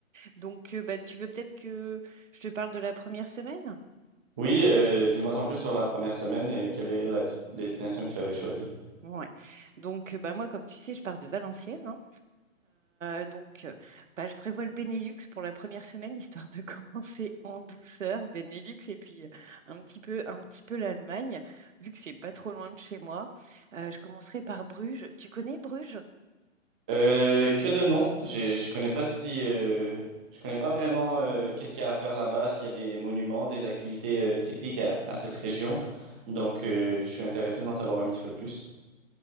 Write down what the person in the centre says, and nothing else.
Oui, euh, dis-moi en plus sur la première semaine, euh, quelle est la dis- destination que tu avais choisie?
Euh, que de noms. Je, je connais pas si, euh, je connais pas vraiment euh, qu'est-ce qu'il y a à faire là-bas, s'il y a des monuments, des activités euh, typiques à, à cette région. Donc, euh, je suis intéressé d'en savoir un petit peu plus.